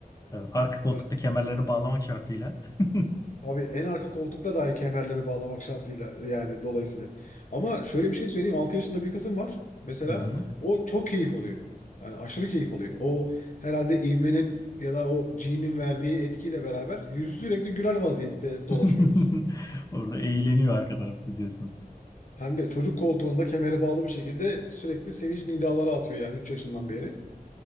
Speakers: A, on the left; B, on the left.
A: Tabii, arka koltukta
B: Ya,
A: kemerlerini bağlamak şartıyla. <laughs>
B: tabii en arka koltukta dahi kemerleri bağlamak şartıyla yani dolayısıyla. Ama şöyle bir şey söyleyeyim 6 yaşında bir kızım var mesela
A: Hı hı.
B: o çok keyif alıyor. Yani aşırı keyif alıyor. O herhalde ivmenin ya da o G'nin verdiği etkiyle beraber yüzü sürekli güler vaziyette dolaşıyoruz.
A: <laughs> Orada eğleniyor arka tarafta diyorsun.
B: Hem de çocuk koltuğunda kemere bağlı bir şekilde sürekli sevinç nidaları atıyor yani 3 yaşından beri.